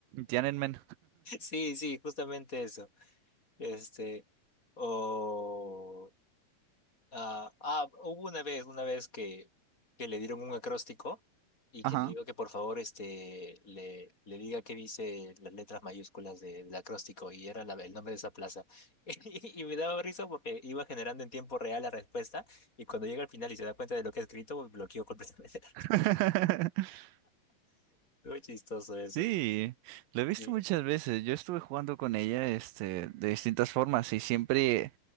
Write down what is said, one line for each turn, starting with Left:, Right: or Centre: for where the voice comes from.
Right: Tiananmen.
Left: <laughs> Sí, sí, justamente eso. Este, o ah, ah, hubo una vez, una vez que, que le dieron un acróstico y
Right: Ajá.
Left: que le digo que por favor este le, le diga qué dice las letras mayúsculas de- del acróstico y era la- el nombre de esa plaza. <laughs> Y, me daba risa porque iba generando en tiempo real la respuesta y cuando llega al final y se da cuenta de lo que ha escrito, bloqueó completamente <laughs> la respuesta.
Right: <laughs>
Left: Muy chistoso eso.
Right: Sí, lo he visto
Left: Sí.
Right: muchas veces. Yo estuve jugando con ella, este, de distintas formas y siempre,